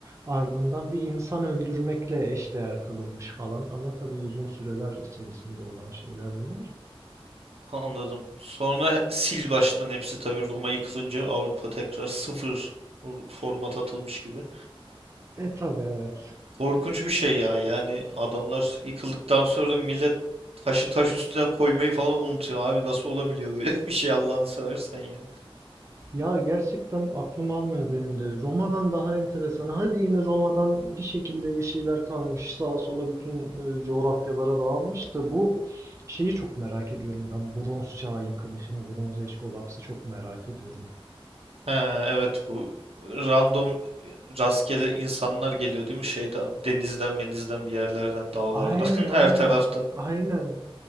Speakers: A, on the right; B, on the right.
A: Ardından bir insan öldürmekle eşdeğer kılınmış falan ama tabii uzun süreler içerisinde olan şeyler bunlar.
B: Anladım. Sonra sil baştan hepsi tabii Roma yıkılınca Avrupa tekrar sıfır format atılmış gibi.
A: E tabii evet.
B: Korkunç bir şey ya. Yani adamlar yıkıldıktan sonra millet taşı taş üstüne koymayı falan unutuyor. Abi nasıl olabiliyor böyle <laughs> bir şey Allah'ını seversen ya.
A: Ya gerçekten aklım almıyor benim de. Roma'dan daha enteresan. Hadi yine Roma'dan bir şekilde bir şeyler kalmış. Sağa sola bütün e, coğrafyalara dağılmış da bu şeyi çok merak ediyorum ben. Bronz çağı yıkılışını, Bronz Age kolapsı çok merak ediyorum.
B: Ha, evet bu random rastgele insanlar geliyor değil mi? Şeyden, denizden, menizden, bir yerlerden, dağlardan,
A: Aynen aynen.
B: <laughs> her taraftan.
A: Aynen.